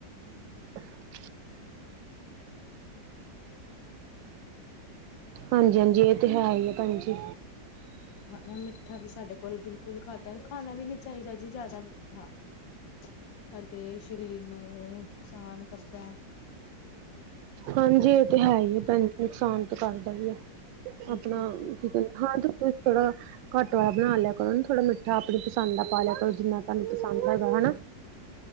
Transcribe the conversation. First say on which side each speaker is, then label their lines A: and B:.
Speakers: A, on the right; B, on the left.
A: <unintelligible> ਹਾਂਜੀ ਹਾਂਜੀ ਏ ਤੇ ਹੈ ਹੀ ਆ ਭੈਣ ਜੀ।
B: ਹਾ ਮਿੱਠਾ ਵੀ ਸਾਡੇ ਕੋਲ ਬਿਲਕੁਲ ਖਾਧਾ ਖਾਣਾ ਵੀ ਨੀ ਚਾਹੀਦਾ ਜੀ ਜ਼ਿਆਦਾ ਮਿੱਠਾ। ਸਾਡੇ ਸਰੀਰ ਨੂੰ ਨੁਕਸਾਨ ਕਰਦਾ ਐ।
A: ਹਾਂਜੀ ਏ ਤੇ ਹੈ ਹੀ ਭੈਣ ਜੀ ਨੁਕਸਾਨ ਤਾਂ ਕਰਦਾ ਈ ਐ।
B: ਬਿਲਕੁਲ
A: ਆਪਣਾ ਕੀ ਕਹਿੰਦੇ ਹਾਂ ਤੇ ਤੁਸੀਂ ਥੋੜਾ ਘੱਟ ਵਾਲਾ ਬਣਾ ਲਿਆ ਕਰੋ ਨਾ ਥੋੜਾ ਮਿੱ ਮਿੱਠਾ ਆਪਣੀ ਪਸੰਦ ਦਾ ਪਾ ਲਿਆ ਕਰੋ ਜਿੰਨਾ ਤੁਹਾਨੂੰ ਪਸੰਦ ਹੈਗਾ ਹਨਾ।